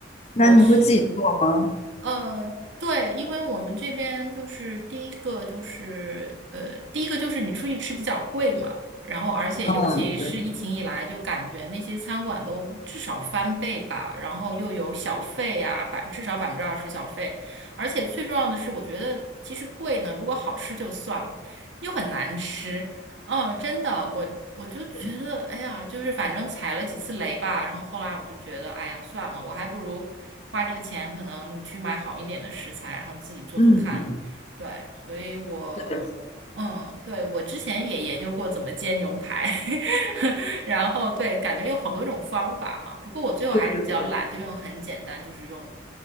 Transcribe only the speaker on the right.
我是。呃，对，因为我们这边就是第一个就是呃，第一个就是你出去吃比较贵嘛，然后而且尤其是疫情以来，
就感觉那些餐馆都至少翻倍吧，然后又有小费呀、
百至少百分之二十小费，而且最重要的是，我觉得其实贵呢，如果好吃就算了，又很难吃，嗯，真的，我我就觉得，
哎呀，就是反正踩了几次雷吧，然后后来我就觉得，哎呀，算了，我还不如花这个钱，可能你去买好一点的食材，然后自己做做看。
对，所以我嗯，
对，我之前也研究过怎么煎牛排，<laughs> 然后对，感觉有好多种方法哈。不过我最后还是比较懒，
就用很简单，就是用，